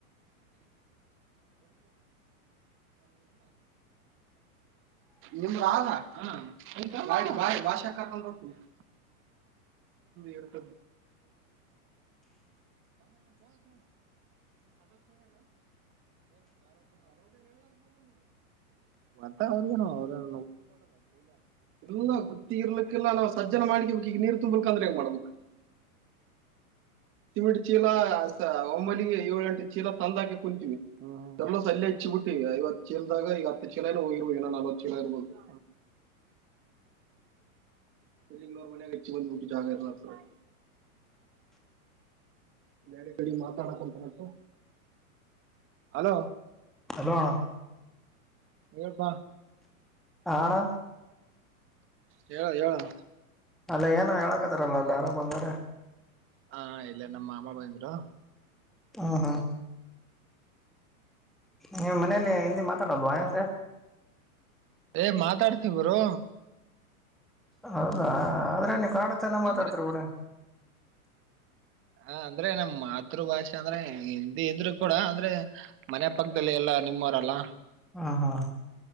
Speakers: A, on the right (about 30°); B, in the centre.
A: ನಿಮ್ದ ಮಾಮಾ ಭಾಷಾ ಕರ್ಕೊಂಡು ಹೋಗ್ನಿ ಅಡ್ರೆಸ್ ಮತ್ತೆನ್ ಅವರದು ಎಲ್ಲ ಗತ್ತಿ ಇರ್ಲಿಕ್ಕೆಲ್ಲ ನಾವು ಸಜ್ಜನ ಮಾಡ್ ಈಗ ನೀರ್ ತುಂಬಕ್ ಅಂದ್ರೆ ಹೆಂಗ ಮಾಡ್ಬೇಕ ಸಿಮೆಂಟ್ ಚೀಲ ಒಮ್ಮಿಗೆ ಏಳ ಗಂಟ ಚೀಲ ತಂದಾಕಿ ಕುಂತೀವಿ ಎಲ್ಲ ಸಲ್ಲ ಹಚ್ಚಿ ಬಿಟ್ಟಿವ ಐವತ್ ಚೀಲ್ದಾಗ ಈಗ ಹತ್ತು ಚೀಲ ಹೋಗಿರ್ ನವ ನಲ್ವತ್ತು ಚೀಲ ಇರ್ರವರು ಇಲ್ಲಿಂಗ ನೂರ್ ಮನಯಾಗ ಹಚ್ಚಿ ಬಂದ್ಬ ಬಿಟ್ಟಿಟ್ಟ ಹಾಗಾಗ ಾರ ಮಾಡರ್ತಾರೆ ನರೆ ಕಡೆ ಮಾತಾಡಕಂತಾರು ಅಲೋ
B: ಹಲೋ
A: ಹೆಲ್ಪ್
B: ಹರ
A: ಹೇಳ ಹೇಳಏಳ
B: ಅಲ್ಲ ಏನ ಹೇಳಕತ್ತಾರಲ್ಲ ಅಲ್ಲ ಯಾರು ಬಂದಾರ
A: ಹಾ ಇಲ್ಲ ನಮ್ಮ ಮಾಮ್ಮ ಬಂದ್ರು
B: ಹಾ ಹಾ ನೀವು ಮನೇಲಿ ಹಿಂದಿ ಮಾತಾಡಲ್ವಾ ಹೆಂಗ
A: ಏ ಮಾತಾಡ್ತಿೀ ಬ್ರೋ
B: ಹೌದಾ ಅದ್ರ ಕನ್ನಡ ಚೆನ್ನ ಮಾತಾಡ್ತರ
A: ಅಂದ್ರೆ
B: ಬಿಡ್ರಿ
A: ಹ ಅಂದ್ರೆ ನಮ್ಮ ಮಾತೃ ಭಾಷೆ ಅಂದ್ರೆ ಹಿಂದಿ ಇದ್ರು ಕೂಡ ಅಂದ್ರೆ ಮನೆ ಪಕ್ಕದಲ್ಲಿ ಎಲ್ಲಾ ನಿಮ್ಮವ್ರಲ್ಲ
B: ಹಾ ಹಾ